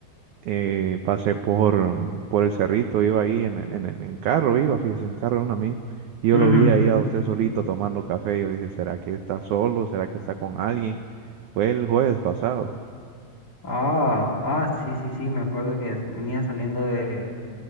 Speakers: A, on the right; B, on the left.
A: eh, pasé por, por el cerrito, iba ahí en, en, en- en carro, iba, fíjese, en el carro de un amigo. Y yo
B: Ujú.
A: lo vi ahí a usted solito tomando café. Yo dije, ¿será que está solo? ¿Será que está con alguien? Fue el jueves pasado.
B: Ah, ah, sí, sí, sí, me acuerdo que venía saliendo de,